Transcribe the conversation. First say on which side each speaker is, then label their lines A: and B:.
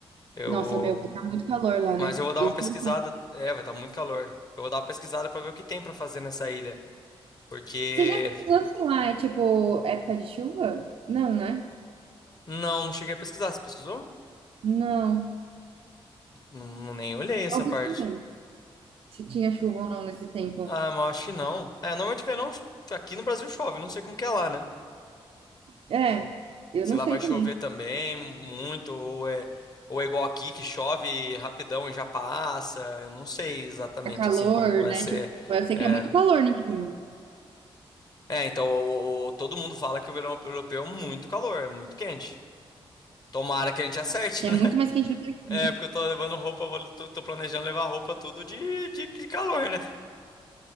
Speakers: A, on the left; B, on the right.
A: Eu.
B: Nossa, meu, vai estar muito calor lá,
A: Mas
B: né?
A: eu vou dar
B: Esse
A: uma pesquisada.
B: é um ponto.
A: É, vai estar muito calor. Eu vou dar uma pesquisada pra ver o que tem pra fazer nessa ilha. Porque.
B: Você já pesquisou se lá é tipo época de chuva? Não, né?
A: Não, não cheguei a pesquisar. Você pesquisou?
B: Não.
A: Não, não nem olhei essa
B: Não pesquisei.
A: parte.
B: Se tinha chuva ou não nesse tempo.
A: Ah, mas eu acho que não. É, normalmente verão aqui no Brasil chove, eu não sei como que é lá, né?
B: É, eu
A: Se
B: não
A: lá
B: sei
A: vai
B: também.
A: chover também muito, ou é, ou é igual aqui, que chove rapidão e já passa. Eu não sei exatamente
B: É calor,
A: assim como que vai
B: né?
A: ser.
B: Tipo, eu sei
A: É,
B: que é muito calor em junho.
A: É, então o- o- todo mundo fala que o verão europeu é muito calor, é muito quente. Tomara que a gente acerte,
B: Que
A: <laughs>
B: é muito
A: né?
B: mais quente do que aqui,
A: É,
B: né?
A: porque eu tô levando roupa, eu vou- tô, tô planejando levar roupa tudo de, de, de calor, né?